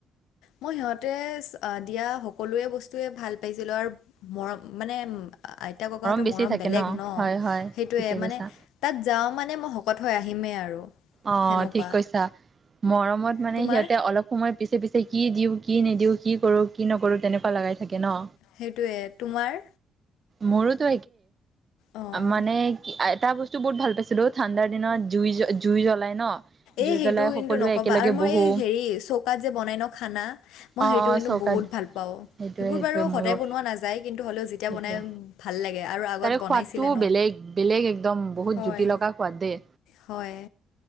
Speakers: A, on the left; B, on the right.
A: মই সিহঁতে দিয়া সকলোএ বস্তুএ ভাল পাইছিলো আৰু মৰম মানে আইতা ককাহঁতৰ
B: বেছি
A: মৰম
B: থাকে
A: বেলেগ ন
B: হয় হয়
A: সেইটোয়ে
B: ঠিকে কৈছা।
A: মানে তাত যাওঁ মানে মানে মই শকত হৈ আহিমেই আৰু
B: অ
A: সেনেকুৱা
B: ঠিক কৈছা মৰমত মানে
A: তোমাৰ
B: সিহঁতে অলপ সময় পিছে পিছে কি দিওঁ কি নিদিওঁ কি কৰোঁ কি নকৰোঁ তেনেকুৱা লগাই থাকে ন
A: সেইটোৱে তোমাৰ
B: মোৰোতো
A: অ'।
B: মানে কি এটা বস্তু বহুত ভাল পাইছিলো ঠাণ্ডাৰ দিনত জুই জুই জ্বলাই ন জুই
A: এ সেইটো
B: জ্বলাই
A: কিন্তু
B: সকলোৱে
A: নকবা
B: একেলগে
A: আৰু মই
B: বহো।
A: এই হেৰি চৌকাত যে বনাই ন খানা মই
B: অ'
A: সেইটো
B: অ'
A: কিন্তু
B: চৌকাত
A: বহুত ভাল পাওঁ
B: সেইটোৱে
A: সেইবোৰ
B: সেইটোৱে
A: বাৰু
B: ময়ো
A: সদায় বনোৱা নাযায় কিন্তু হ'লেও যেতিয়া
B: সেইটোৱে।
A: বনাই ভাল লাগে আৰু আগত
B: তাৰে
A: বনাইছিলে
B: সোৱাদটোও
A: ন।
B: বেলেগ বেলেগ একদম বহুত
A: হয়,
B: জুটি লগা সোৱাদ দেই
A: হয়